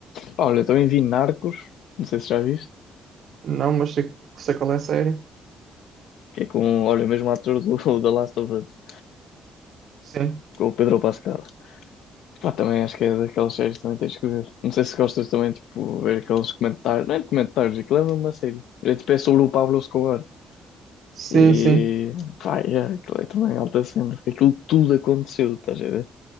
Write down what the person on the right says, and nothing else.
Não, mas sei, sei qual é a série.
Sim.
Sim,
sim.